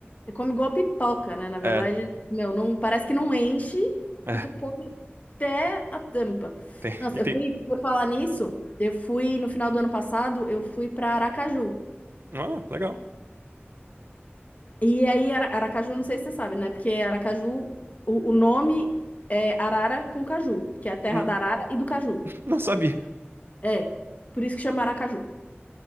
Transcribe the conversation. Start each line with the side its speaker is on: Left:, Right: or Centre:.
Left: Você come igual pipoca, né? Na verdade,
Right: É,
Left: meu, não... parece que não enche
Right: é,
Left: e tu come até a tampa.
Right: tem,
Left: Nossa,
Right: e tem.
Left: eu fui, por falar nisso, eu fui, no final do ano passado, eu fui pra Aracaju.
Right: Ah, legal.
Left: E aí, Ara- Aracaju, não sei se você sabe, né? Porque Aracaju, o, o nome é Arara com Caju, que é a terra
Right: Hum,
Left: da Arara e do Caju.
Right: Não sabia.
Left: É, por isso que chama Aracaju.